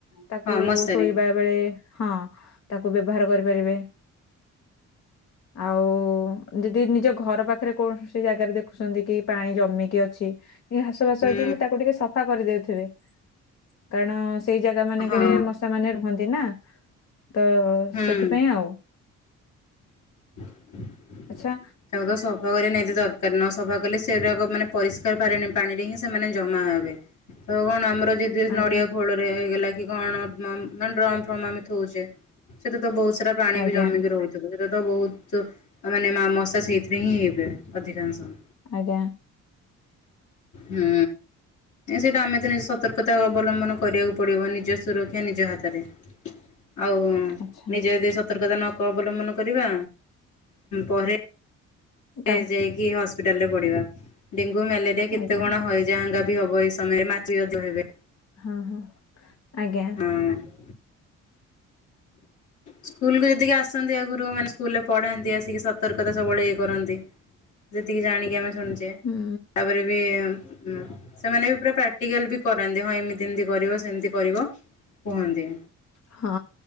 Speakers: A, on the left; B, on the left.
A: ତାକୁ
B: ହଁ ମଶାରୀ
A: ଶୋଇବା ବେଳେ ହଁ ତାକୁ ବ୍ୟବହାର କରିପାରିବେ ଆଉ ଯଦି ନିଜ ଘର ପାଖରେ କୌଣସି ଜାଗାରେ ଦେଖୁଛନ୍ତି କି ପାଣି ଜମିକି ଅଛି କି ଘାସ ବାସ
B: ହୁଁ
A: ହେଇଛି ତାକୁ ଟିକେ ସଫା କରିଦଉଥିବେ। କାରଣ ସେଇ ଜାଗା ମାନଙ୍କରେ
B: ହଁ
A: ମଶା ମାନେ ରୁହନ୍ତି ନା ତ
B: ହୁଁ।
A: ସେଥିପାଇଁ ଆଉ
B: <unintelligible>
A: ଆଚ୍ଛା
B: ତାକୁ ତ ସଫା କରି ନେଇ ଦରକାର ନ ସଫା କଲେ ସେଇରାକ ମାନେ ପରିଷ୍କାର ପାରେନି ପାଣିରେ ହିଁ ସେମାନେ ଜମା ହବେ ତ କଣ ଆମର ଯୋଉ
A: ଆଜ୍ଞା
B: ନଡିଆ ଖୋଳ ରେ ହେଇଗଲକି କି କଣ ଡ୍ର ମାନେ ଡ୍ରମ୍ ଫମ୍ ଆମେ ଥଉଚେ ସେଥିରେ ତ ବହୁତ ସାରା ପାଣି
A: ଆଜ୍ଞା
B: ବି ଜମିକି ରହୁଥିବ ସେ ତ ବହୁତ ମାନେ ମ ମସା ସେଇଥିରେ ହିଁ ହେବେ ଅଧିକାଂଶ
A: ଆଜ୍ଞା।
B: ହୁଁ। ସେଇଟା ଆମେ ତ ନିଜ ସତର୍କତା ଅବଲମ୍ବନ କରିବାକୁ ପଡିବ ନିଜ ସୁରକ୍ଷା ନିଜ ହାତରେ।
A: <unintelligible>
B: ଆଉ
A: ଆଚ୍ଛା
B: ନିଜେ ଯଦି ସତର୍କତା ନ କ ଅବଲମ୍ବନ କରିବା ପରେ
A: ତା
B: ଏ ଯାଇକି ହସ୍ପିଟାଲ ରେ ପଢିବା ଡେଙ୍ଗୁ ମ୍ୟାଲେରିଆ କେତେ
A: ଆଜ୍ଞା
B: କଣ ହଇଯାହାଙ୍ଗ ବି ହବ ଏଇ ସମୟରେ ମାଛି ବି ଅଧିକା ହେବେ
A: ହଁ ହଁ। ଆଜ୍ଞା
B: ହଁ। ସ୍କୁଲ କୁ ଯେତିକି ଆ ଆସନ୍ତି ଆଗରୁ ମାନେ ସ୍କୁଲ ରେ ପଢାନ୍ତି ଆସିକି ସତର୍କତା ସବୁବେଳେ ଇଏ କରନ୍ତି ଯେତିକି ଜାଣିକି ଆମେ ଶୁଣୁଚେ
A: ହୁଁ
B: ତାପରେ ବି ଉଁ ଉଁ ସେମାନେ ବି ପୁରା ପ୍ରାଟିସ ଟି ଏ ଲବି କରାନ୍ତି ହଁ ଏମିତି ଏମତି କରିବ ସେମତି କରିବ କୁହନ୍ତି।
A: ହଁ